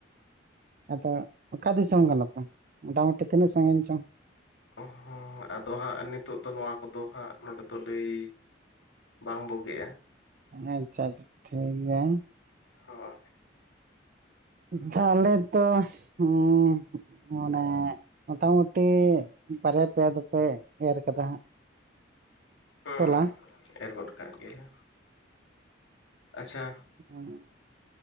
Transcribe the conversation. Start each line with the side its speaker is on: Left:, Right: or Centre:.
Right: ᱟᱫᱚ ᱚᱠᱟ ᱫᱤᱥᱚᱢ ᱠᱟᱱᱟᱯᱮ ᱢᱚᱴᱟ ᱢᱩᱴᱤ ᱛᱤᱱᱟᱹᱜ ᱥᱟᱺᱜᱤᱧ ᱪᱚᱝ?
Left: ᱚᱦᱚᱸ ᱟᱫᱚ ᱦᱟᱸᱜ ᱱᱤᱛᱚᱜ ᱫᱚ ᱱᱚᱣᱟ ᱠᱚᱫᱚ ᱦᱟᱸᱜ ᱱᱚᱸᱰᱮ ᱫᱚ ᱞᱟᱹᱭ ᱵᱟᱝ ᱵᱩᱜᱤᱜᱼᱟ
Right: ᱟᱪᱪᱷᱟ ᱟᱪᱪᱷᱟ ᱴᱷᱤᱠ ᱜᱮᱭᱟ᱾
Left: ᱦᱳᱭ
Right: ᱛᱟᱦᱚᱞᱮ ᱛᱚ ᱦᱩᱸ ᱢᱟᱱᱮ ᱢᱟᱴᱟ ᱢᱩᱴᱤ ᱵᱟᱨᱭᱟ ᱯᱮᱭᱟ ᱫᱚᱯᱮ ᱮᱨ ᱠᱟᱫᱟ ᱦᱟᱸᱜ
Left: ᱦᱩᱸ
Right: ᱛᱚᱞᱟ
Left: ᱮᱨ ᱜᱚᱫ ᱠᱟᱫ ᱜᱮᱭᱟ ᱞᱮ ᱟᱪᱪᱷᱟ
Right: <unintelligible>